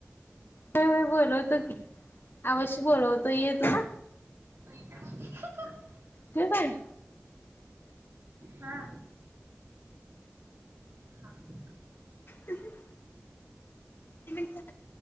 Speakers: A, on the left; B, on the right.
A: व्हय व्हय बोलवतो की अवश्य बोलवतो ये तू हां
B: हं हं
A: ठीऊ काय
B: हा हा
A: हं हं <unintelligible>